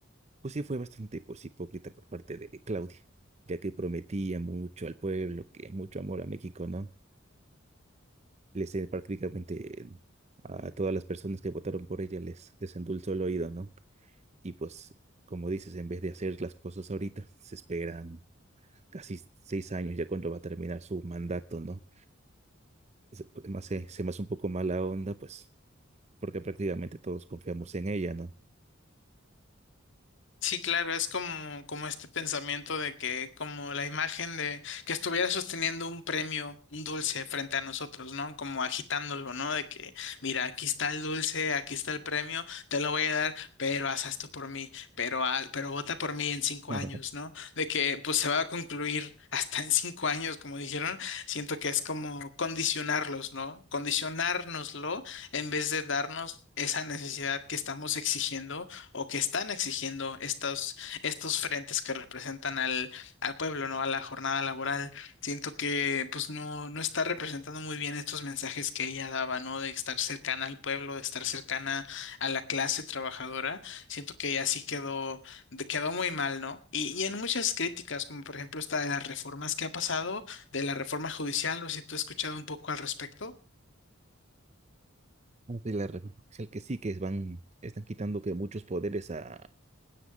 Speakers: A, on the right; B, on the left.
A: Pues sí fue bastante pues hipócrita por parte de Claudia, ya que prometía mucho al pueblo, que mucho amor a México, ¿no? Les eh, prácticamente a todas las personas que votaron por ella les, les endulzó el oído, ¿no? Y pues como dices, en vez de hacer las cosas ahorita, se esperan casi seis años ya cuando va a terminar su mandato, ¿no? se- pues, no sé, se me hace un poco mala onda, pues, porque prácticamente todos confiamos en ella, ¿no?
B: Sí, claro, es como, como este pensamiento de que, como la imagen de que estuviera sosteniendo un premio, un dulce frente a nosotros, ¿no? Como agitándolo, ¿no? De que, mira, aquí está el dulce, aquí está el premio, te lo voy a dar, pero haz esto por mí, pero, haz- pero vota por mí en cinco
A: <laughs>
B: años, ¿no? De que, pues se va a concluir <laughs> hasta en cinco años, como dijeron. Siento que es como condicionarlos, ¿no? Condicionárnoslo en vez de darnos esa necesidad que estamos exigiendo o que están exigiendo estos, estos frentes que representan al, al pueblo, ¿no? A la jornada laboral. Siento que pues no, no está representando muy bien estos mensajes que ella daba, ¿no? De estar cercana al pueblo, de estar cercana a la clase trabajadora. Siento que ella sí quedó, de- quedó muy mal, ¿no? Y, y en muchas críticas, como por ejemplo esta de las reformas que ha pasado, de la reforma judicial, no sé si tú has escuchado un poco al respecto.
A: De la República Oficial que sí, que van, están quitando que muchos poderes a,